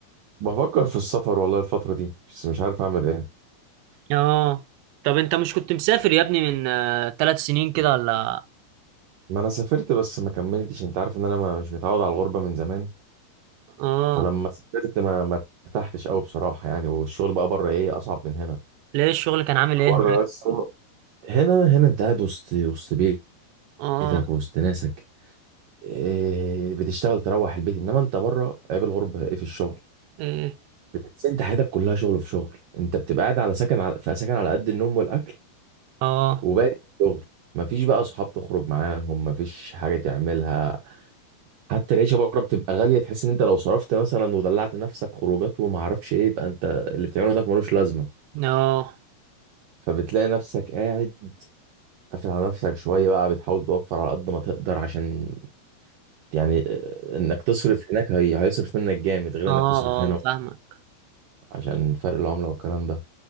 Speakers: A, on the right; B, on the right.
A: بفكر في السفر والله الفتره دي بس مش عارف اعمل ايه
B: اه طب انت مش كنت مسافر يا ابني من آه، ثلاث سنين كده ولا
A: ما انا سافرت بس ما كملتش انت عارف ان انا ما مش متعود على الغربه من زمان
B: اه
A: فلما سافرت ما ما ارتحتش قوي بصراحه يعني والشغل بقى بره ايه اصعب من هنا
B: ليه الشغل كان عامل ايه
A: بره
B: هناك؟
A: بس هنا هنا انت قاعد وسط وسط بيتك
B: اه
A: وسط ناسك إيه بتشتغل تروح البيت انما انت بره عيب الغربه ايه في الشغل
B: ايه
A: بس انت حياتك كلها شغل في شغل انت بتبقى قاعد على سكن على في سكن على قد النوم والاكل
B: اه
A: وباقي شغل مفيش بقى اصحاب تخرج معاهم مفيش حاجه تعملها حتى العيشه بره بتبقى غاليه تحس ان انت لو صرفت مثلا ودلعت نفسك خروجات وما اعرفش ايه يبقى انت اللي بتعمله هناك ملوش لازمه
B: اه
A: فبتلاقي نفسك قاعد قافل على نفسك شويه بقى بتحاول توفر على قد ما تقدر عشان يعني آه، انك تصرف هناك هي... هيصرف منك جامد غير
B: اه
A: انك تصرف
B: اه
A: هنا
B: فاهمك
A: عشان فرق العملة والكلام ده